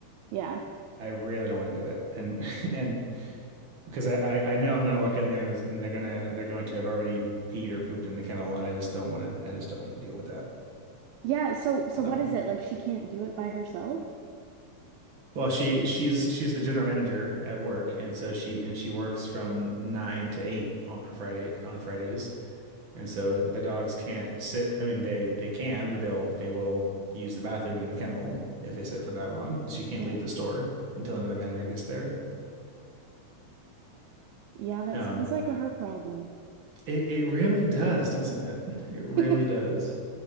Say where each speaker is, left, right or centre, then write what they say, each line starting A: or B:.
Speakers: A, on the right; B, on the right.
A: Yeah.
B: I really don't want to do it. And <laughs> and because I, I, I know I'm going to walk in there and, there's- and they're gonna they're going to have already peed or pooped in the kennel and I just don't want to I just don't want to deal with that.
A: Yeah, so so what
B: Um,
A: is it? Like she can't do it by herself?
B: well, she she's she's the general manager at work and so she and she works from 9 to 8 on Friday on Fridays. And so the dogs can't sit. I mean they they can, but they'll they will use the bathroom in the kennel if they sit for that long. And she can't
A: Yeah.
B: leave the store until another manager gets there.
A: Yeah, that
B: Um,
A: sounds like a her problem.
B: It it really does, doesn't it? It really
A: <laughs>
B: does.